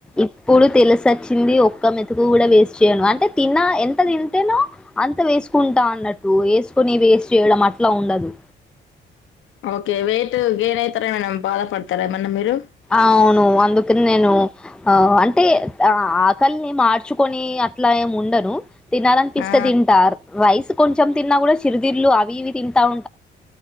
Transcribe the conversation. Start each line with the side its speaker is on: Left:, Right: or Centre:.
Centre: ఇప్పుడు తెలిసొచ్చింది ఒ క్క మెతుకు కూడా వేస్ట్ చేయను అంటే తిన్నా ఎంత తింటానో అంత వేసుకుంటా అన్నట్టు వేసుకొని వేస్ట్ చేయడం అట్లా ఉండదు
Left: ఓకే వెయిట్ గెయిన్ అయితారెమో అని బాధ పడతారా ఏమన్నా మీరు
Centre: అవును అందుకని నేను ఆ అంటే ఆకలిని మా చూకొని అట్లా ఏం ఉండను తినాలనిపిస్తే
Left: ఆ!
Centre: తింటా రైస్ కొంచెం తిన్నా కూడా సిరిదిర్లు అవి ఇవి తింటాం